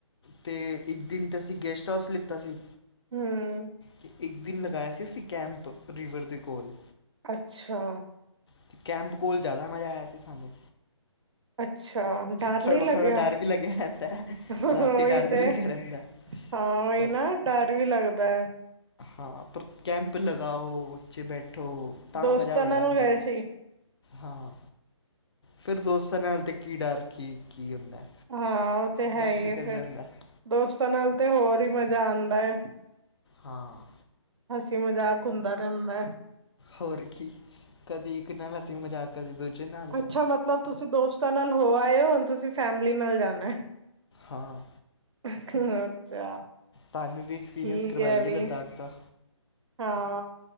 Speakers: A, on the left (about 55°); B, on the right (about 60°).
A: ਤੇ ਇੱਕ ਦਿਨ ਤਾਂ ਅਸੀਂ ਗੈਸਟ ਹਾਊਸ ਲਿੱਤਾ ਸੀ।
B: ਹਮ
A: ਤੇ ਇੱਕ ਦਿਨ ਮ ਗਾਇਆ ਸੀ ਉਸ ਕੈਂਪ, ਰਿਵਰ ਦੇ ਕੋਲ
B: ਅੱਛਾ
A: ਅਤੇ ਕੈਂਪ ਕੋਲ ਜ਼ਿਆਦਾ ਮਜ਼ਾ ਆਇਆ ਸੀ। ਸਾਨੂੰ
B: ਅੱਛਾ ਡਰ
A: ਥੋ
B: ਨੀ
A: ਘਬਰਾੜ੍ਹਾ
B: ਲੱਗਿਆ
A: ਥੋੜ੍ਹਾ ਡਰ ਵੀ ਲੱਗਿਆ ਰਹਿੰਦਾ,
B: ਉਹੀ
A: ਰਾਤੀ, ਡਰ ਵੀ
B: ਤੇ
A: ਲੱਗਿਆ ਰਹਿੰਦਾ।
B: ਹਾਂ, ਉਹੀ
A: ਪਰ
B: ਨਾ ਡਰ ਵੀ ਲੱਗਦਾ ਹੈ।
A: ਹਾਂ, ਪਰ ਕੈੈਂਪ ਲਗਾਓ, ਉੱਚੇ ਬੈਠੋ। ਤਾਂ,
B: ਦੋਸਤਾਂ
A: ਮਜ਼ਾ ਬੜਾ
B: ਨਾਲ
A: ਹਦਾ
B: ਗਏ ਸੀ
A: ਹਾਂ। ਫਿਰ, ਦੋਸਤਾਂ ਨਾਲ ਤੇ ਕੀ ਡਰ ਕੀ -ਕੀ ਹੁੰਦਾ।
B: ਹਾਂ, ਉਹ ਤੇ ਹੈ
A: ਡਰ
B: ਹੀ
A: ਨਿਕਲ
B: ਆ ਫਰ,
A: ਜਾਂਦਾ ਹੈ।
B: ਦੋਸਤਾਂ ਨਾਲ ਤੇ ਹੋਰ ਹੀ ਮਜ਼ਾ ਆਉਂਦਾ ਹੈ।
A: ਹਾਂ।
B: ਹਸੀ -ਮਜ਼ਾਕ ਹੁੰਦਾ ਰਹਿੰਦਾ ਹੈ।
A: ਹੋਰ ਕੀ, ਕਦੀ ਇੱਕ ਨਾਲ ਹਸੀ- ਮਜ਼ਾਕ ਕਦੇ ਦੂਜੇ ਨਾਲ
B: ਅੱਛਾ, ਮਤਲਬ ਤੁਸੀਂ ਦੋਸਤਾਂ ਨਾਲ ਹੋ ਆਏ ਹੋ, ਹੁਣ ਤੁਸੀਂ ਫੈਮਿਲੀ ਨਾਲ ਜਾਣਾ।
A: ਹਾਂ।
B: ਅੱਛਾ
A: ਤਹਾਨ ਨੂੰ ਵੀ ਐਕਸਪੀਰੀਅੰਸ
B: ਠੀਕ
A: ਕਰਵਾਈਏ,
B: ਹੈ ਵੀ
A: ਲੱਦਾਖ ਦਾ।
B: ਹਾਂ।